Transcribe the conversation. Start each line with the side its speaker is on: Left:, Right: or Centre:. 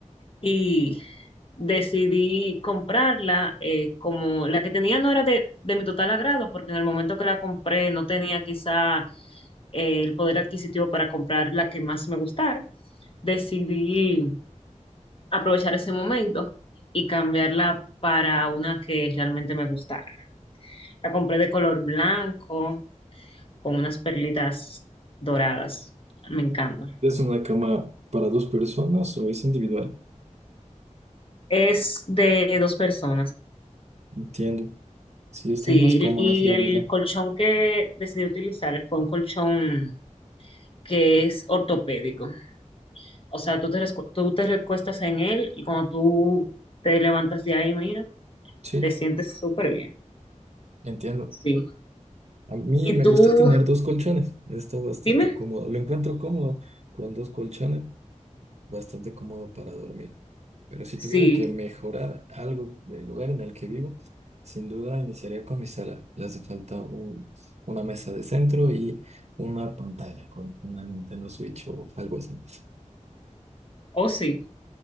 Left: Y decidí comprarla, eh, como la que tenía no era de, de mi total agrado, porque en el momento que la compré no tenía quizá eh, el poder adquisitivo para comprar la que más me gustara. Decidí aprovechar ese momento y cambiarla para una que realmente me gustara. La compré de color blanco con unas perlitas doradas. Me encanta.
Right: ¿Es una cama para dos personas o es individual?
Left: Es de dos personas.
Right: Entiendo. Sí, están
Left: Sí,
Right: más cómodas,
Left: y
Right: la
Left: el
Right: verdad.
Left: colchón que decidí utilizar fue un colchón que es ortopédico. O sea, tú te, rescu- tú te recuestas en él y cuando tú te levantas de ahí, mira,
Right: Sí,
Left: te sientes súper bien.
Right: entiendo.
Left: Sí.
Right: A mí
Left: Y
Right: me
Left: tú,
Right: gusta tener dos colchones. Está bastante
Left: dime,
Right: cómodo. Lo encuentro cómodo con dos colchones. bastante cómodo para dormir. Pero si
Left: sí
Right: tuviera que mejorar algo del lugar en el que vivo, sin duda iniciaría con mi sala. Le hace falta un- una mesa de centro y una pantalla con una Nintendo Switch o algo así.
Left: o sí.